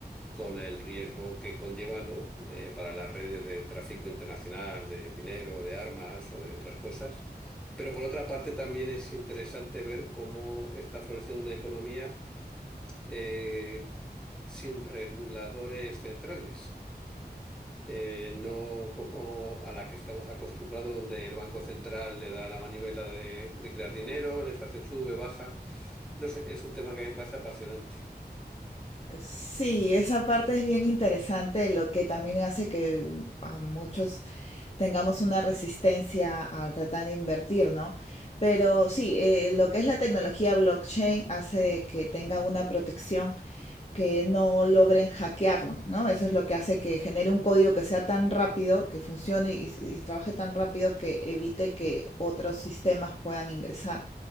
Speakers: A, in the centre; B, on the left.
A: con el riesgo que conlleva, ¿no? Eh, para las redes de tráfico internacional de dinero, de armas o de otras cosas. Pero por otra parte también es interesante ver cómo está floreciendo una economía eh, sin reguladores centrales, eh, no como a la que estamos acostumbrados, donde el Banco Central le da la manivela de, de crear dinero, la inflación sube, baja. No sé, es un tema que a mí me parece apasionante.
B: Sí, esa parte es bien interesante, lo que también hace que mm, a muchos tengamos una resistencia a tratar de invertir, ¿no? Pero sí, eh, lo que es la tecnología blockchain hace que tenga una protección que no logren hackearlo, ¿no? Eso es lo que hace que genere un código que sea tan rápido, que funcione y, y trabaje tan rápido que evite que otros sistemas puedan ingresar.